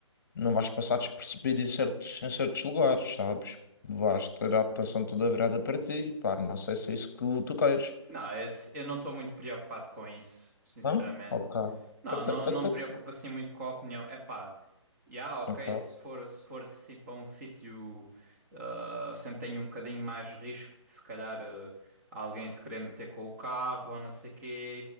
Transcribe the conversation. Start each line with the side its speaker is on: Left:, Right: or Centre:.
Left: não vais passar despercebido em certos, em certos lugares, sabes? Vais ter a atenção toda virada para ti, pá, não sei se é isso que tu queres.
Right: Não, esse- eu não estou muito preocupado com isso, sinceramente.
Left: Não? Ok.
Right: Não,
Left: Até,
Right: não, não
Left: até,
Right: me preocupa assim muito com a opinião. É pá, já, ok,
Left: ok.
Right: se for, se for assim para um sítio, ah, sempre tenho um bocadinho mais risco de se calhar ah, alguém se querer meter com o carro ou não sei quê